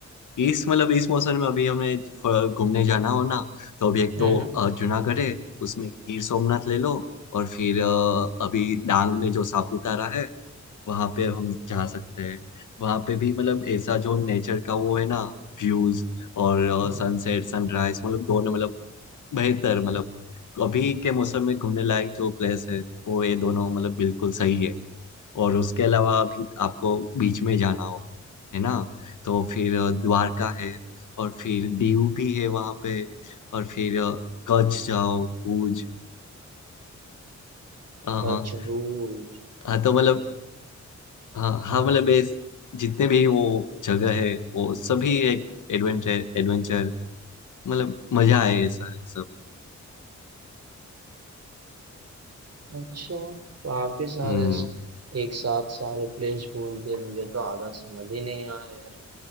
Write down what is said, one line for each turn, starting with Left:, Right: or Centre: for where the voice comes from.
Left: इस मतलब इस मौसम में अभी हमें फ- घूमने जाना हो ना तो अभी एक
Right: हम्म
Left: तो अ, जूनागढ़ है उसमें गिर सोमनाथ ले लो और फिर अ, अभी डांग में जो सापुतारा है वहाँ पे हम जा सकते हैं वहाँ पे भी मतलब ऐसा जो नेचर का वो है ना व्यूज और
Right: हम्म,
Left: सनसेट सनराइज मतलब दोनों मतलब बेहतर मतलब अभी के मौसम में घूमने लायक जो प्लेस है वो ये दोनों मतलब बिल्कुल सही है और उसके अलावा भी आपको बीच में जाना हो है ना तो फिर अ, द्वारका है और फिर दीव भी है वहाँ पे और फिर अ, कच्छ जाओ भुज हाँ
Right: सचमुच
Left: हाँ हाँ तो मतलब हाँ हाँ मतलब ये जितने भी वो जगह है वो सभी एक एडवेंचर एडवेंचर मतलब मजा आए ऐसा है सब
Right: अच्छा काफी सारे
Left: हम्म
Right: स- एक साथ सारे प्लेस बोल दिए मुझे तो आधा समझ ही नहीं आया यार